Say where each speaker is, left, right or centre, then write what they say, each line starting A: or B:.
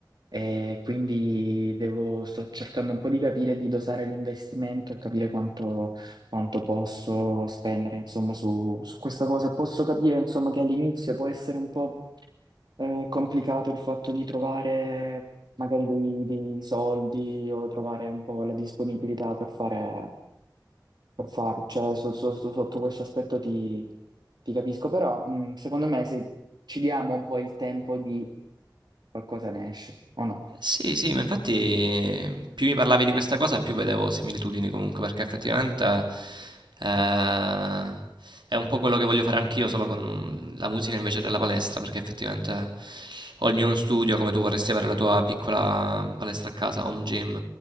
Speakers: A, on the right; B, on the right.
A: E quindi devo- sto cercando un po' di capire, di dosare l'investimento e capire quanto, quanto posso spendere, insomma, su, su questa cosa. Posso capire, insomma, che all'inizio può essere un po' eh, complicato il fatto di trovare magari dei, dei soldi o trovare un po' la disponibilità per fare, per farlo. Cioè, so- so- so- sotto questo aspetto ti, ti capisco, però mh, secondo me se ci diamo un po' il tempo di qualcosa ne esce, o
B: Sì, sì, ma infatti eh, più mi parlavi di questa cosa, più vedevo similitudini comunque, perché effettivamente eh, è un po' quello che voglio fare anch'io, solo con la musica invece della palestra, perché effettivamente ho il mio studio, come tu vorresti avere la tua piccola palestra a casa, home gym,